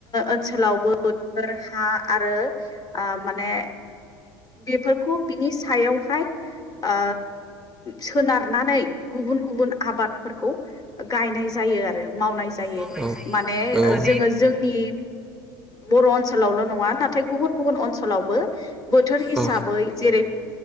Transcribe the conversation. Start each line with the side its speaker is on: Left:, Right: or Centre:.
Left: ओनसोलावबोफोर हा आरो आ माने बेफोरखौ बिनि सायावहाय ओ सोनारनानै गुबुन गुबुन आबादफोरखौ गाय नाय जायो मावनाय
Centre: औ
Left: माने
Centre: नंगौ
Left: जोङो जोंनि बर' ओनसोलावल' नङा नाथाय गुबुन गुब गुबुन ओनसोलावबो बोथोर हिसाबै
Centre: औ
Left: जेरै